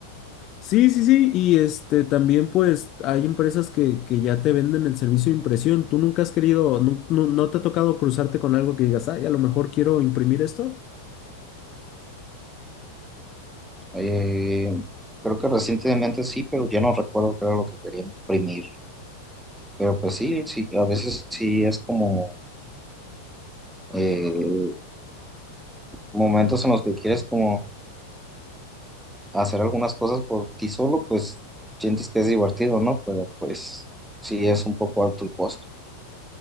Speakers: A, on the left; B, in the centre.
A: Sí, sí, sí, y este también pues hay empresas que, que ya te venden el servicio de impresión. ¿Tú nunca has querido, nu- nu- no, te ha tocado cruzarte con algo que digas, ay, a lo mejor quiero imprimir esto?
B: Eh, creo que recientemente sí, pero ya no recuerdo qué era lo que quería imprimir. Pero pues sí, sí, a veces sí es como eh, momentos en los que quieres como hacer algunas cosas por ti solo, pues sientes que es divertido, ¿no? Pero pues sí es un poco alto el costo.